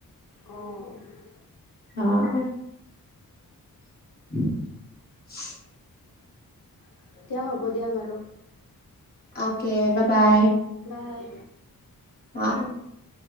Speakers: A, on the left; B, on the left.
A: অঁ
B: অ' <unintelligible>
A: <inaudible> হ'ব দিয়া বাৰু।
B: অকে বা বাই।
A: বাই
B: অ
A: <unintelligible>